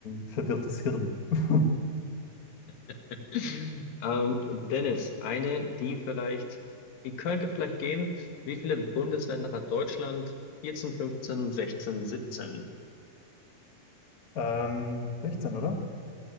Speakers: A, on the left (about 45°); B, on the left (about 70°).
A: verwirrtes Hirn. <laughs>
B: <laughs> Ähm, Dennis, eine, die vielleicht, die könnte vielleicht gehen. Wie viele Bundesländer hat Deutschland? 14, 15, 16, 17.
A: Ähm, 16, oder?